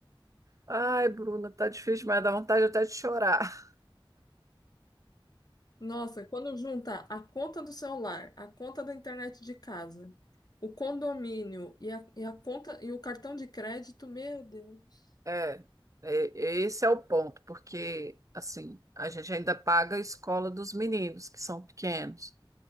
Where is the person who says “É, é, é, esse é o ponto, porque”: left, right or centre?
Right